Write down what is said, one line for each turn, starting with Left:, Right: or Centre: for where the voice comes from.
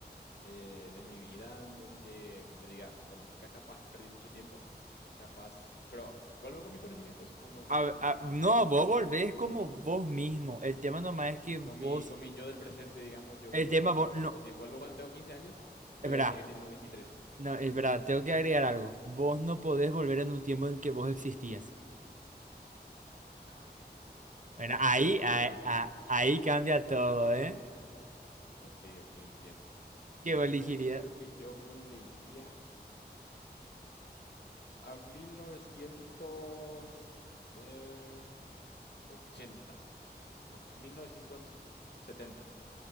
Left: eh, de mi vida en donde yo diga, bueno, acá capaz perdí mucho tiempo, capaz, pero ¿vuelvo con mis conocimientos o no vuelvo
Right: A-
Left: con
Right: a-
Left: mis conocimientos?
Right: no, vos volvés como vos mismo. El tema nomás es que vos...
Left: Con mi, con mi yo del presente, digamos, yo
Right: El
Left: vuelvo
Right: tema
Left: al pasado.
Right: vos... No,
Left: Tipo, si vuelvo cuando tengo quince años, yo
Right: es verdad.
Left: voy a seguir teniendo veintitrés
Right: No, es verdad. Tengo que agregar algo. Vos no podés volver en un tiempo en el que vos existías.
Left: Ah, ok,
Right: Bueno,
Left: ahí
Right: ahí,
Left: cambia completamente.
Right: ahí, ahí cambia todo, ¿eh?
Left: Ok, ok, entiendo. Entonces
Right: ¿Qué elegiría?
Left: creo que yo volvería a mil novecientos a ver, 80 o se- no, mil novecientos setenta